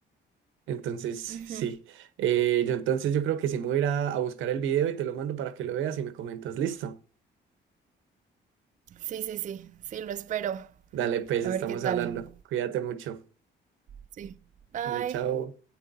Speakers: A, on the right; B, on the right.
A: Entonces,
B: Ujú.
A: sí. Eh, yo entonces yo creo que sí me voy a ir a a buscar el video y te lo mando para que lo veas y me comentas, listo.
B: Sí, sí, sí. Sí, lo espero.
A: Dale, pues,
B: A
A: estamos
B: ver qué tal.
A: hablando. Cuídate mucho.
B: Sí. Bye.
A: Dale, chao.